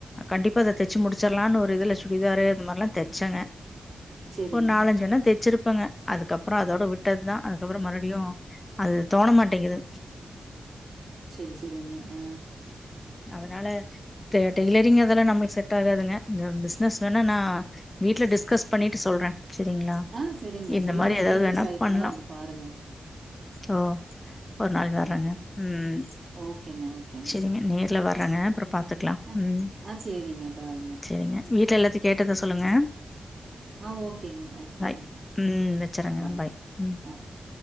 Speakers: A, on the left (about 25°); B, on the right (about 55°).
A: கண்டிப்பா அத தச்சு முடிச்சிற்லானு ஒரு இதுல சுடிதாரு அந்த மாரில்லா தச்சங்க
B: சரிங்க.
A: ஒரு நாலஞ்சு வேணா தச்சிருப் ப்பங்க அதுக்கப்பறோ அதோட விட்டதா அதுக்கப்புறோ மறுபடியு அது தோண மாட்டேங்குது
B: சேரி சேரிங்க ஆ
A: அதனால டெ டெய்லரிங் அதெல்லா நம்மளுக்கு செட் ஆகாதுங்க இந்த பிசினஸ் வேணா நா வீட்ல டிஸ்கஸ் பண்ணிட்டு சொல்ற செரிங்களா
B: ஆ சரிங்க.
A: இந்த
B: சொல்லுங்க.
A: மாரி ஏதாவது
B: வீட்ல
A: வேணா
B: இருக்கிற ஐட்டமெல்லாம்
A: பண்லா
B: வந்து பாருங்க.
A: ஓ ஒரு நாள்
B: ம்.
A: வர்றேங்க ம்
B: ஓகேங்க, ஓகேங்க.
A: செரிங்க நே ர்ல வர்றங்க அப்றோ பாத்துக்கலா
B: அ
A: ம்
B: ஆ சரிங்க. பாய்ங்க.
A: செரிங்க வீட் ல எல்லாத்தையு கேட்டதா சொல்லுங்க
B: ஆ ஓகேங்க, ஓகேங்க.
A: பாய் ம் வச்சறங்க
B: ஆ பாய்ங்க.
A: பாய் ம்
B: ஆ ஓகே.